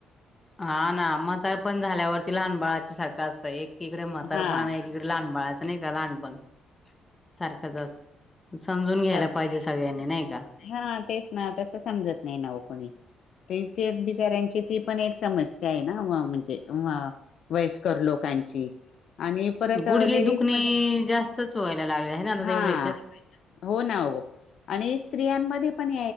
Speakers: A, on the left (about 20°); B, on the left (about 65°).
A: हा ना मतारपण झाल्यावरती लहान बाळाच्या सारखं असतं एकीकडे मतार्पण
B: हा
A: आणि एक लहान बाळाचं नाही का लहानपण सारखं जात समजून घ्यायला
B: सारखं
A: पाहिजे सगळ्यांनी नाही का
B: हा तेच ना तसं समजत नाही नाव कोणी ते ते बिचाऱ्यांची ती पण एक समस्या आहे ना म्हणजे वयस्कर लोक कां आणि परत
A: गुडघे
B: लेडीज
A: दुखणे
B: म
A: जास्तच व्हायला लागले आहे ना आता
B: हा
A: एवढ्या ह्याच्यात.
B: हो ना हो आणि स्त्रियांमध्ये पण